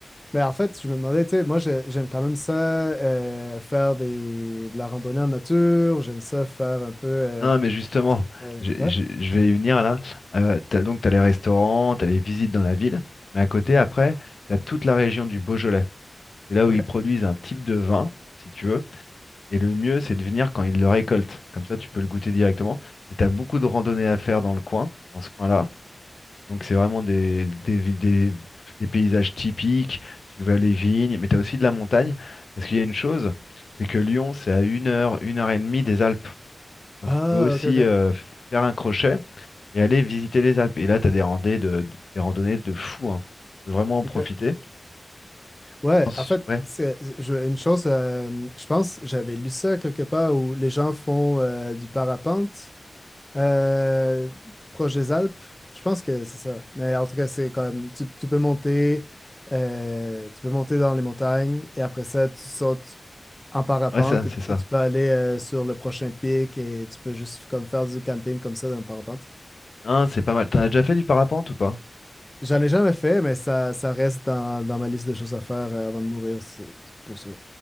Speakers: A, on the left (about 15°); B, on the left (about 70°).
A: ben en fait, je me demandais, tu sais, moi, j'ai- j'aime quand même ça, euh, faire des, de la randonnée en nature. J'aime ça faire un peu. euh,
B: non, mais justement,
A: euh,
B: je,
A: ouais.
B: je- je vais y venir là. Euh, t'as- donc, t'as les restaurants, t'as les visites dans la ville, mais à côté,
A: Mhm.
B: après, t'as toute la région du Beaujolais. C'est là
A: Ok.
B: où ils produisent un type de vin, si tu veux. Et le mieux, c'est de venir quand il le récolte. Comme ça, tu peux le goûter directement. Et tu as beaucoup de randonnées à faire dans le coin, dans ce coin-là. Donc, c'est vraiment des, des, vi- des- des paysages typiques. Tu vois les vignes, mais tu as aussi de la montagne. Parce qu'il y a une chose, c'est que Lyon, c'est à une heure, une heure et demie des Alpes. Donc,
A: Ah,
B: tu peux aussi
A: ok, ok.
B: euh, f- faire un crochet et aller visiter les Alpes. Et là, tu as des randonnées de, de- des randonnées de fou, hein. Tu peux vraiment en profiter.
A: Ok. Ouais,
B: Ensu-
A: en fait,
B: ouais,
A: c'est je- une chose, euh, je pense, j'avais lu ça quelque part où les gens font euh, du parapente. Euh, proche des Alpes, je pense que c'est ça. Mais en tout cas, c'est comme tu, tu peux monter, euh, tu peux monter dans les montagnes et après ça, tu sautes en parapente
B: ouais, ça,
A: et,
B: c'est ça.
A: et tu peux aller euh, sur le prochain pic et tu peux juste comme faire du camping comme ça dans le parapente.
B: Hein, c'est pas mal. T'en as déjà fait du parapente ou pas?
A: J'en ai jamais fait, mais ça, ça reste dans, dans ma liste de choses à faire euh, avant de mourir, c'est c'est pour ça.